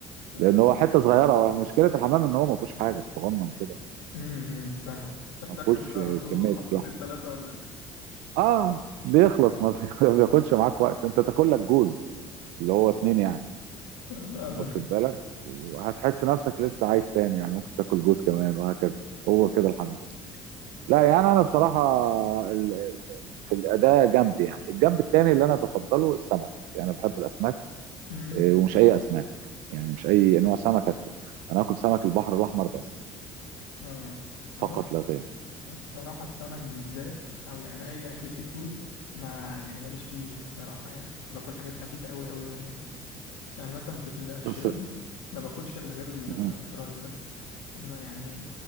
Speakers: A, on the left; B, on the right.
A: طب
B: لان هو حته صغيره هو مشكله الحمام ان هو ما فيهوش حاجه صغنن كده
A: امم فاهم انت
B: ما
A: بتاكله
B: فيهوش
A: كده على طول
B: كميه
A: قطمتين
B: لحم
A: ثلاثه ولا ايه؟
B: اه بيخلص ما بي- <laughs> ما بياخدش معاك وقت انت تاكل لك جوز اللي هو اتنين يعني
A: <laughs> فاهمك
B: واخد بالك وهتحس نفسك لسه عايز تاني يعني ممكن تاكل جوز كمان وهكذا هو كده الحمام لا يعني انا بصراحه ال- في الاداء جنب يعني الجنب التاني اللي انا بفضله السمك يعني بحب الاسماك
A: امم
B: آه، ومش اي اسماك يعني مش اي نوع سمك اكله انا اكل سمك البحر الاحمر بس
A: اه وانا
B: فقط
A: الص-
B: لا غير
A: انا الصراحه السمك بالذات او يعني اي اكل سي فود ما يعني ماليش فيه صراحه يعني باكل حاجات خفيفه قوي قوي قوي يعني يعني مثلا في الشريمب
B: بس
A: ما باكلش الا غير ال-
B: مهم.
A: الفرايد بس ما يعني